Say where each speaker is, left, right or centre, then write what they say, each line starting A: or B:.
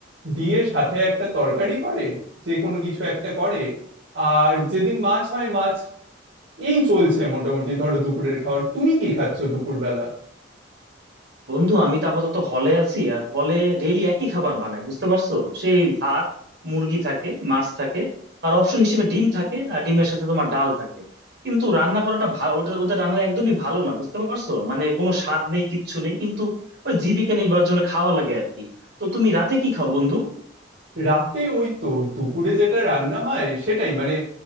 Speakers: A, on the right; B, on the right.
A: দিয়ে সাথে একটা তরকারি করে যে কোনো কিছু একটা করে আর যেদিন মাছ হয় মাছ এই চলছে মোটামুটি ধরো দুপুরের খাবার তুমি কি খাচ্ছ দুপুরবেলা
B: বন্ধু আমি তো আপাতত হলে আছি আর হলে ডেইলি একই খাবার বানায় বুঝতে পারছো সেই ভাত মুরগি থাকে মাছ থাকে আর অপশন হিসেবে ডিম থাকে আর ডিমের সাথে তোমার ডাল থাকে কিন্তু রান্না করাটা ভালো ওটা ওদের রান্না একদমই ভালো না বুঝতে পারছো মানে কোনো স্বাদ নেই কিচ্ছু নেই কিন্তু ওই জীবিকা নির্বাহের জন্য খাওয়া লাগে আর কি তো তুমি রাতে কি খাও বন্ধু
A: রাতে ওই তো দুপুরে যেটা রান্না হয় সেটাই মানে